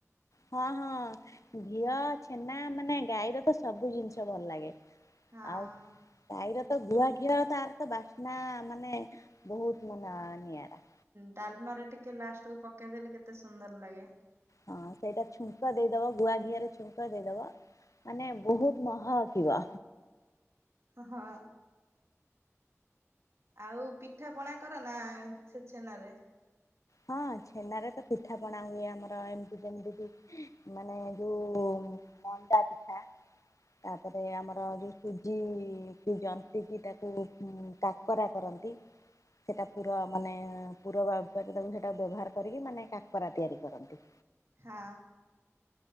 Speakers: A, on the left; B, on the right.
A: ହଁ ହଁ ଘିଅ ଛେନା ମାନେ ଗାଈର ତ ସବୁ ଜିନ୍ଷ ଭଲ ଲାଗେ।
B: ହଁ
A: ଆଉ। ଗାଈ ର ତ ଗୁଆ ଘିଅ ତାର ତ ବାସ୍ନା ମାନେ ବୋହୁତ୍ ମନା ନଆଁରା।
B: ଡାଲ୍ମା ର ଟିକେ ଲାଷ୍ଟକୁୁ ପକେଇଦେଲେ କେତେ ସୁନ୍ଦର ଲାଗେ।
A: ହଁ ସେଇଟା ଛୁଙ୍କ ଦେଇଦବ ଗୁଆ ଘିଆ ରେ ଛୁଙ୍କ ଦେଇଦବ। ମାନେ ବୋହୁତ୍ ମହକିବ।
B: ଅ ହଁ। ଆଉ ପିଠା ପଣା କର ନା ସେ ଛେନା ରେ?
A: ହଁ ଛେନାରେ ତ ପିଠାପଣା ହୁଏ ଆମର, ଏମିତି ଯେମିତିକି ମାନେ ଯୋଉ ମଣ୍ଡା ପିଠା ତାପରେ ଆମର ଯୋଉ ସୁ ଉଁ -ସିଏ ଯନ୍ତି କି ତାକୁ ଉଁ କାକରା କରନ୍ତି। ସେଟା ପୁରା ମାନେ ପୁର ବା ବା ସେଟାକୁ ସେଇଟା ବ୍ୟବହାର କରିକି ମାନେ କାକରା ତିଆରି କରନ୍ତି।
B: ହଁ।